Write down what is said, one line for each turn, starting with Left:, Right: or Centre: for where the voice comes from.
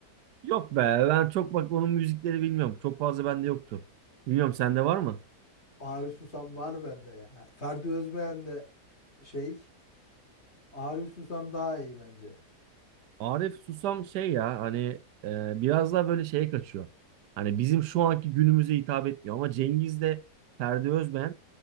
Right: Yok be ben çok bak onun müzikleri bilmiyorum. Çok fazla bende yoktu. Bilmiyorum sende var mı?
Left: Arif Susam var bende ya. Ferdi Özbeğen de şey. Arif Susam daha iyi bence.
Right: Arif Susam şey ya hani e, biraz daha böyle şeye kaçıyor. Hani bizim şu anki günümüze hitap etmiyor ama Cengiz de Ferdi Özbeğen